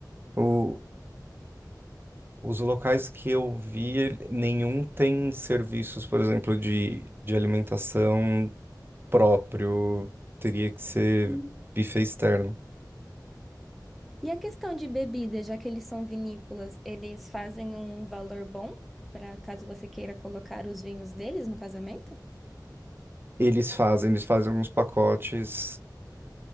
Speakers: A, on the right; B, in the centre.
A: o- os locais que eu vi, ele- nenhum tem serviços, por exemplo, de, de alimentação próprio. Teria que ser
B: Hum.
A: buffet externo.
B: E a questão de bebida, já que eles são vinícolas, eles fazem um valor bom para caso você queira colocar os vinhos deles no casamento?
A: Eles fazem, eles fazem alguns pacotes